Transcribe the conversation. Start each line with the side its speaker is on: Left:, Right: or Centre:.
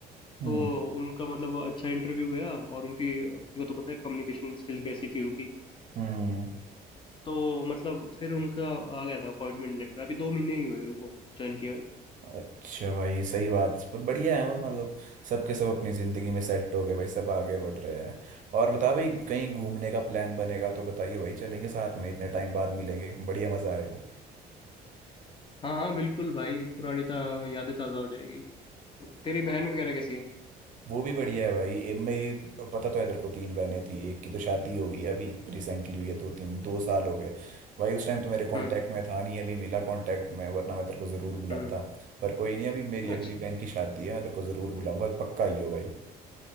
Right: हम्म
Left: तो उनका मतलब अच्छा इंटरव्यू गया और उनकी तेरे को तो पता है कम्युनिकेशन स्किल कैसी थी उनकी
Right: हम्म।
Left: तो मतलब फिर उनका आ गया था अपॉइंटमेंट लेटर अभी दो महीने ही हुए उनको ज्वाइन किया हुए।
Right: अच्छा भाई सही बात पर बढ़िया है मतलब सबके सब अपनी ज़िंदगी में सेट हो गए भाई सब आगे बढ़ रहे हैं और बता भाई कहीं घूमने का प्लान बनेगा तो बताइए भाई चलेंगे साथ में इतने टाइम बाद मिलेंगे बढ़िया मज़ा आएगा
Left: हाँ हाँ बिल्कुल भाई पुरानी ता यादें ताज़ा हो जाएगी तेरी बहन वगैरह कैसी है
Right: वो भी बढ़िया है भाई ए, मेरी पता तो है तेरे को तीन बहनें थी एक की तो शादी हो गई है अभी रिसेंटली हुई है दो तीन दो साल हो गए भाई उस टाइम तो मेरे कांटेक्ट
Left: हम्म
Right: में था नहीं अभी मिला कांटेक्ट में वरना मैं तेरे को ज़रूर बुलाता
Left: हम्म
Right: पर कोई नहीं अभी मेरी अगली
Left: अच्छा
Right: बहन की शादी है मैं तेरे को ज़रूर बुलाऊंगा पक्का ही हो भाई